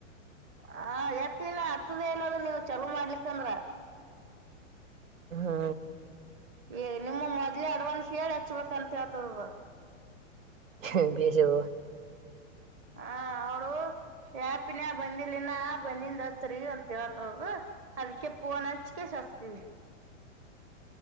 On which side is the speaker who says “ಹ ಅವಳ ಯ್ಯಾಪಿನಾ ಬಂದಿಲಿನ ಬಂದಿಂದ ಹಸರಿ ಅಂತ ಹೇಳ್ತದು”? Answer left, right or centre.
Right